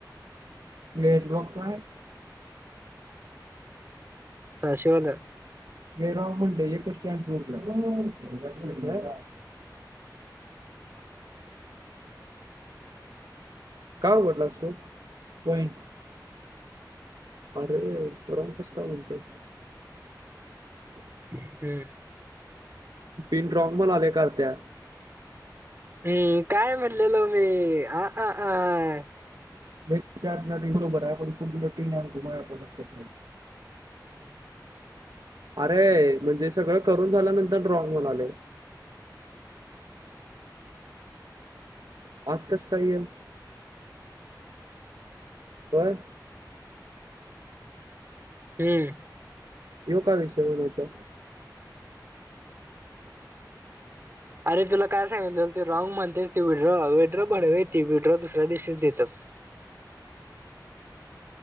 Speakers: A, on the right; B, on the right.
A: पेज ब्लॉक काय.
B: सहाशे वाल.
A: जय राम मंडळी एकच स्टँक संपलाय. का उघडलास तु, कॉइन आरे राॅग कस काय म्हणतात <inaudible>
B: हं <inaudible>
A: पिन रॉंग म्हणालय कारत्या
B: हं काय म्हणलेलो मी, आ हा आं
A: एक चार्च प्लाटी बरोबर आहे पण <inaudible> अरे म्हणजे सगळं करून झाल्यानंतर रॉंग म्हणालय. आस कसं काय हे. होय.
B: हम्म
A: यो काय विषय म्हणायचा.
B: अरे तुला काय सांगितल ते रॉंग म्हणतेच ते विड्रॉ, विड्रो बनवे ती विड्रो दुसऱ्या दिवशीच देतं.